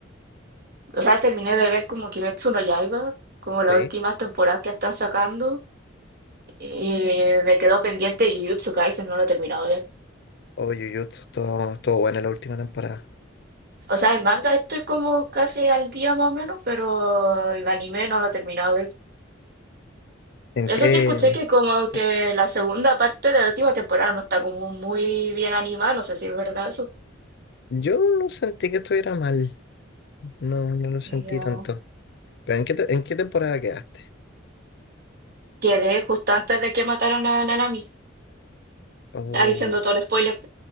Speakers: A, on the right; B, on the left.
A: o sea, terminé de ver como Kimetsu no Yaiba, como las
B: Sí.
A: últimas temporadas que está sacando. Y me quedó pendiente Jujutsu Kaisen, no lo he terminado
B: Oh, Jujutsu, estuvo estuvo buena la última temporada.
A: O sea, el manga estoy como casi al día más o menos, pero el anime no lo he terminado de ver.
B: ¿En
A: Eso
B: qué?
A: sí escuché que como
B: sí.
A: que la segunda parte de la última temporada no está como muy bien animada, no sé si es verdad eso.
B: Yo no sentí que estuviera mal, no, no lo sentí
A: Ya
B: tanto. Pero ¿en qué, te- en qué temporada quedaste?
A: quedé justo antes de que mataron a Nanami.
B: Oh,
A: Está diciendo todo el spoiler.